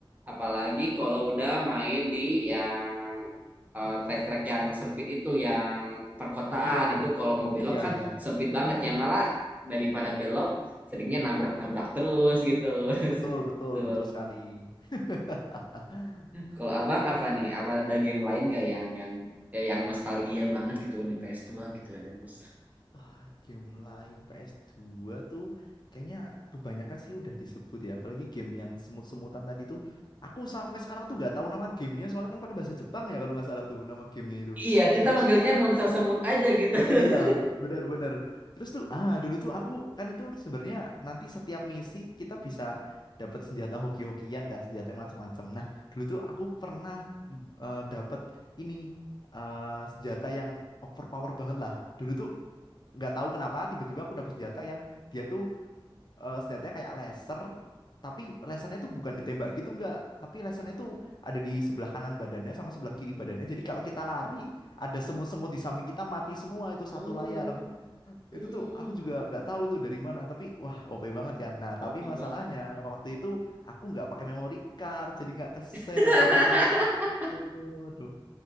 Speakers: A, on the right; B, on the left.
A: Apalagi kalau udah main di yang eh, trek-trek yang sempit itu yang perkotaan
B: Mm-mm.
A: itu kalau mau belok
B: Iya,
A: kan
B: iya.
A: sempit banget ya malah daripada belok seringnya nabrak-nabrak terus gitu. <laughs>
B: Betul, betul,
A: Itu.
B: betul sekali. <laughs>
A: Kalau abang apa nih? Apa ada game lain gak yang yang eh, yang nostalgia banget gitu di ps dua gitu ada nostalgia.
B: Ah, game lain PS2 tuh kayaknya kebanyakan sih udah disebut ya. Apalagi game yang semut-semutan tadi tuh. Aku sampai sekarang tuh nggak tahu nama gamenya soalnya kan pakai bahasa Jepang ya kalau nggak salah tuh nama gamenya itu.
A: Iya, kita
B: Terus
A: manggilnya Monster Semut aja gitu. <laughs>
B: Iya, benar-benar. Terus tuh, ah dulu tuh aku kan itu sebenarnya nanti setiap misi kita bisa dapat senjata hoki-hokian kan, senjata macam-macam. Nah, dulu tuh aku pernah eh, dapat ini eh, senjata yang overpower banget lah. Dulu tuh nggak tahu kenapa tiba-tiba aku dapat senjata yang dia tuh eh, senjatanya kayak laser, tapi lasernya tuh bukan ditembak gitu enggak, tapi lasernya tuh ada di sebelah kanan badannya sama sebelah kiri badannya. Jadi kalau kita lari, ada semut-semut di samping kita mati semua itu satu
A: Hmm,
B: layar.
A: hmm,
B: Itu tuh aku juga nggak tahu tuh dari mana, tapi wah OP banget kan. Nah,
A: OP
B: tapi
A: bang.
B: masalahnya waktu itu aku nggak pakai memory card, jadi nggak ke save
A: <laughs>
B: waktu itu. Aduh, dulu.